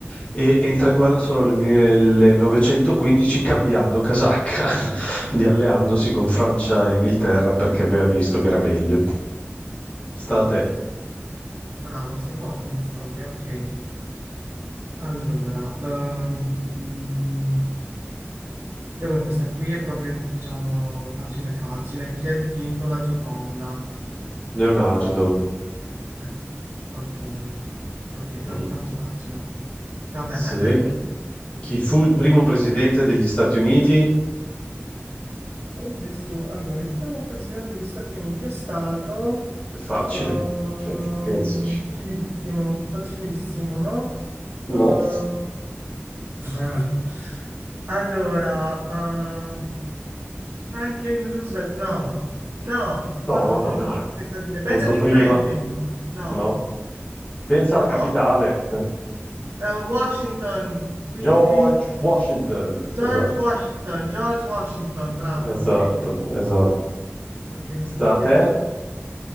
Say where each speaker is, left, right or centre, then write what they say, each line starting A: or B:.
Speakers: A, on the left (about 30°); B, on the right (about 70°).
A: e entra in guerra solo nel 1915 cambiando casacca, <laughs> di alleandosi con Francia e Inghilterra perché aveva visto che era meglio. State.
B: bravo, sei forte in storia. Ok, allora ehm, vabbè, questa qui è proprio, diciamo, facile, facile. Chi ha dipinto la Gioconda?
A: Leonardo,
B: Eh, ok, ok, t-
A: mm,
B: tanto facile. Vabbè,
A: se-
B: dai, vai tu.
A: chi fu il primo presidente degli Stati Uniti?
B: Adesso, allora, il primo presidente degli Stati Uniti è stato
A: È facile,
B: ehm,
A: cioè, pensaci.
B: facilissimo, facilissimo, no? Eh,
A: No.
B: ah, allora, eh, Franklin Roosevelt, no, no, no,
A: No,
B: no,
A: no, no.
B: no, che sta a dire Benjamin
A: Molto prima.
B: Franklin, no,
A: No. Pensa
B: no,
A: alla capitale. eh.
B: Eh, Washington, quindi
A: George Washington.
B: George
A: Esatto.
B: Washington, George Washington, bravo,
A: Esatto,
B: ok,
A: esatto.
B: ok,
A: Sta a
B: io
A: te?
B: non so.